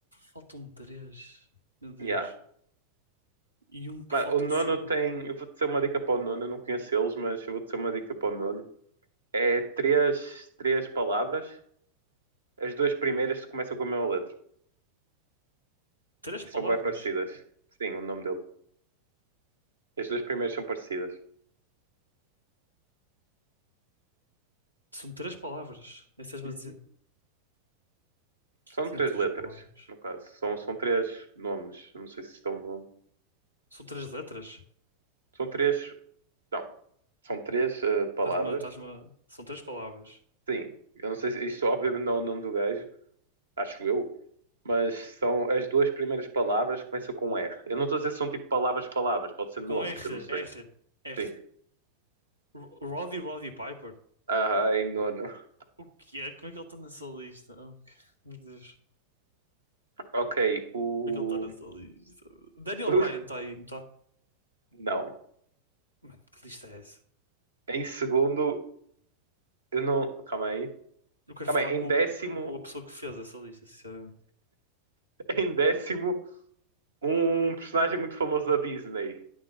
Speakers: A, on the right (about 85°); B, on the right (about 70°).
A: Faltam-me três. Meu Deus.
B: Ya,
A: E um que
B: Mano,
A: falta
B: o nono
A: é o segundo.
B: tem. Eu vou dizer uma dica para o nono, eu não conheço eles, mas eu vou dizer uma dica para o nono. É três, três palavras. As duas primeiras começam com a mesma letra
A: Três
B: e
A: palavras.
B: são bem parecidas. Sim, o nome dele. As duas primeiras são parecidas.
A: São três palavras. É isso que estás-me
B: Uhum.
A: a dizer. Que
B: São
A: tinha
B: três
A: três
B: letras,
A: palavras.
B: no caso. São, são três nomes. Não sei se estão no nome.
A: São três letras.
B: São três. Não, são três eh, palavras.
A: Estás-me, a- estás-me... a- São três palavras.
B: Sim, eu não sei se isto, obviamente, não é o nome do gajo. Acho eu. Mas são as duas primeiras palavras começam com R. Eu não estou a dizer se são tipo palavras, palavras, pode ser nomes,
A: Com R,
B: eu não sei.
A: R, R.
B: Sim.
A: Ro- Roddy Roddy Piper.
B: Ah, em nono. <laughs>
A: O que é? Como é que ele está nessa lista? Oh, que- meu Deus.
B: Ok, o.
A: Como é que ele está nessa lista? Daniel
B: <laughs>
A: Bryan está aí, não está?
B: Não.
A: Mano, que lista é essa?
B: Em segundo, eu não. Calma aí.
A: Eu quero
B: Calma
A: falar
B: aí. Em
A: com,
B: décimo,
A: o- com a pessoa que fez essa lista, sinceramente.
B: <laughs> em décimo, um personagem muito famoso da Disney.